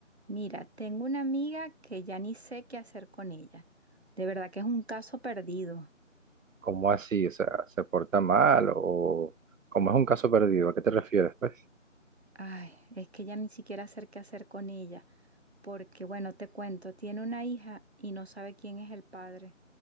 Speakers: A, on the right; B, on the right.
A: Mira, tengo una amiga que ya ni sé qué hacer con ella. De verdad que es un caso perdido.
B: ¿Cómo así? O sea, ¿se porta mal o cómo es un caso perdido? ¿A qué te refieres, pues? <laughs>
A: Ay, es que ya ni siquiera sé qué hacer con ella. Porque, bueno, te cuento, tiene una hija y no sabe quién es el padre.